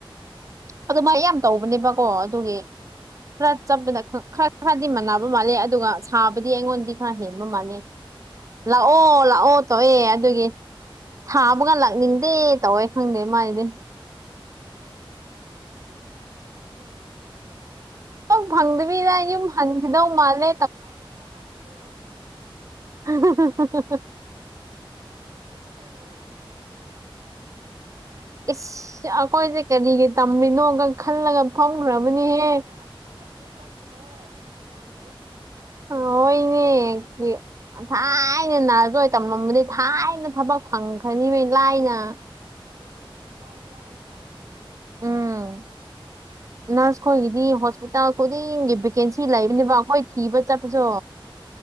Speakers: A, on the right; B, on the right.
A: ꯑꯥ
B: ꯑꯗꯨ ꯃꯥꯏ ꯌꯥꯝ ꯇꯧꯕꯅꯦꯕꯀꯣ ꯑꯗꯨꯒꯤ
A: ꯑꯥ
B: <unintelligible> ꯈꯔ ꯈꯔꯗꯤ ꯃꯥꯟꯅꯕ ꯃꯥꯜꯂꯦ ꯑꯗꯨꯒ ꯁꯥꯕꯗꯤ ꯑꯩꯉꯣꯟꯗꯤ ꯈꯔ ꯍꯦꯟꯕ ꯃꯥꯜꯂꯦ ꯂꯥꯛꯑꯣ ꯂꯥꯛꯑꯣ ꯇꯧꯑꯦ ꯑꯗꯨꯒꯤ ꯊꯥꯕꯒ ꯂꯥꯛꯅꯤꯡꯗꯦ ꯇꯧꯋꯦ ꯈꯪꯗꯦ ꯃꯥꯒꯤꯗꯤ
A: <unintelligible>
B: ꯊꯕꯛ ꯐꯪꯗꯕꯤꯗ
A: ꯑꯁ ꯈꯪꯗꯦꯗ
B: ꯌꯨꯝ ꯍꯟꯈꯤꯗꯧ
A: ꯑꯁ ꯃꯔꯛ ꯑꯃ
B: ꯃꯥꯜꯂꯦ
A: ꯑꯩꯅ ꯁꯥꯕ ꯃꯊꯥꯁꯦ ꯂꯣꯏꯕꯅꯦꯍꯦ
B: ꯍꯥ ꯍꯥ ꯍꯥꯍꯥ ꯍꯥ ꯍꯥ
A: ꯍꯧꯖꯤꯛꯇꯕꯨ ꯀꯩꯇꯧꯔꯨꯕꯅꯣ ꯈꯜꯂꯕꯅꯦ
B: ꯏꯁ ꯑꯩꯈꯣꯏꯁꯦ ꯀꯔꯤꯒꯤ ꯇꯝꯔꯤꯅꯣꯒ ꯈꯜꯂꯒ ꯐꯝꯈ꯭ꯔꯕꯅꯤꯍꯦ
A: ꯑꯗꯨꯅꯦ ꯍꯥꯏꯁꯦ ꯑꯁ ꯈꯪꯗꯦꯗ ꯆꯪꯉꯤꯕ ꯁꯦꯟꯌꯥꯝꯗꯨꯒ
B: <unintelligible> ꯊꯥꯏꯅ ꯅꯥꯔꯖꯣꯏ ꯇꯝꯂꯝꯕꯗꯤ ꯊꯥꯏꯅ ꯊꯕꯛ ꯐꯪꯈ꯭ꯔꯅꯤ ꯃꯤ ꯂꯥꯏꯅ
A: ꯑꯗꯨꯅꯦ ꯋꯥꯔꯁꯨ ꯋꯥꯅ ꯍꯥ
B: ꯎꯝ ꯅꯔꯁ ꯈꯣꯏꯒꯤꯗꯤ ꯍꯣꯁꯄꯤꯇꯥꯜ ꯈꯨꯗꯤꯡꯒꯤ ꯚꯦꯀꯦꯟꯁꯤ
A: ꯀꯩꯅꯣ
B: ꯂꯩꯕꯅꯦꯕ
A: ꯆꯍꯤ
B: ꯑꯩꯈꯣꯏ ꯊꯤꯕ ꯆꯠꯄꯁꯨ